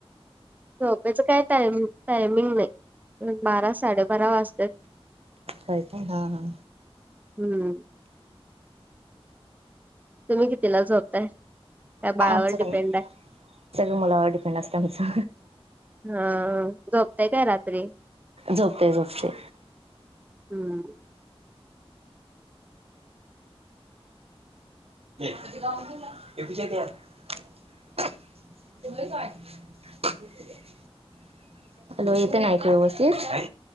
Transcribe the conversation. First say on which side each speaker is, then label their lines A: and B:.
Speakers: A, on the right (about 15°); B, on the right (about 75°).
A: झोपेच काय टायम टायमिंग नाही. बारा साडेबारा वाजत्यात.
B: होय का? हा हा.
A: हम्म. तुम्ही कितीला झोपताय? त्या बाळावर
B: आमचं काय
A: डिपेंड
B: नाही.
A: आहे
B: सगळं मुलावर डिपेंड असतं आमचं.
A: हा झोपताय काय रात्री?
B: झोपते झोपते.
A: हम्म.
B: <inaudible> <inaudible> हॅलो येते ना ऐकू व्यवस्थित?